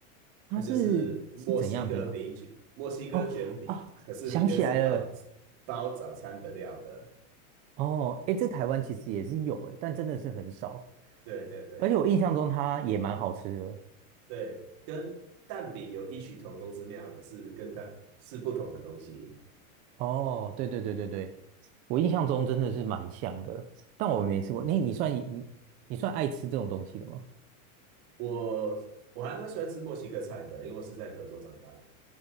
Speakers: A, on the right (about 20°); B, on the right (about 45°).
A: 它是是怎样的啊？
B: 它就是墨西哥饼卷，墨西哥卷饼，
A: 哦啊，
B: 可是里面是包
A: 想起来了，
B: 包早餐的料的。
A: 哦，诶，这台湾其实也是有诶，但真的是很少，
B: 对对对
A: 而且我印象中它也蛮好吃的。
B: 对，跟蛋饼有异曲同工之妙，可是跟蛋是不同的东西。
A: 哦，对对对对对，我印象中真的是蛮像的，但我没吃过。
B: 嗯，
A: 你你算你你算爱吃这种东西的吗？
B: 我我还蛮喜欢吃墨西哥菜的，因为我是在德州长大的。